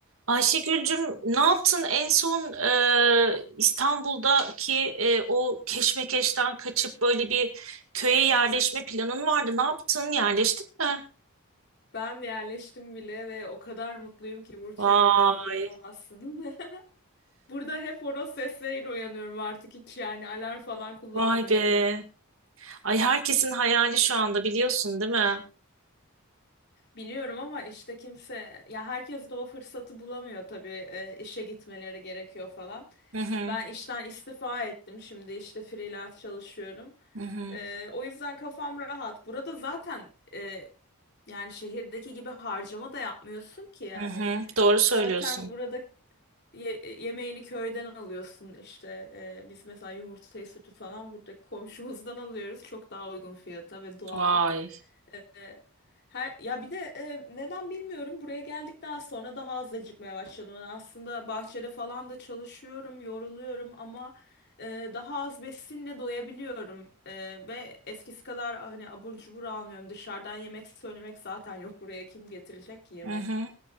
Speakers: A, on the right; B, on the left.
A: Ayşegül'cüm ne yaptın en son e, İstanbul'daki e, o keşmekeşten kaçıp böyle bir köye yerleşme planın vardı. Ne yaptın? Yerleştin mi?
B: Ben yerleştim bile ve o kadar mutluyum ki Burç'e
A: Vay,
B: yani inanamazsın. <laughs> Burada hep horoz sesleriyle uyanıyorum artık hiç yani alarm falan kullanmıyorum.
A: vay be. Ay herkesin hayali şu anda biliyorsun değil mi?
B: Biliyorum ama işte kimse ya herkes de o fırsatı bulamıyor tabii e, işe gitmeleri gerekiyor falan.
A: Hı hı,
B: Ben işten istifa ettim şimdi işte freelance çalışıyorum.
A: hı hı,
B: E, o yüzden kafam rahat. Burada zaten e, yani şehirdeki gibi harcama da yapmıyorsun ki yani.
A: hı hı. Doğru söylüyorsun.
B: Zaten burada Ye- yemeğini köyden alıyorsun işte. Ee, biz mesela yumurtayı sütü falan buradaki komşumuzdan alıyoruz. Çok daha uygun fiyata ve doğal.
A: Vay.
B: Ee, her ya bir de e, neden bilmiyorum buraya geldikten sonra daha az acıkmaya başladım. Yani aslında bahçede falan da çalışıyorum, yoruluyorum ama e, daha az besinle doyabiliyorum. E, ve eskisi kadar hani abur cubur almıyorum. Dışarıdan yemek söylemek zaten yok buraya kim getirecek ki yemek?
A: Hı hı.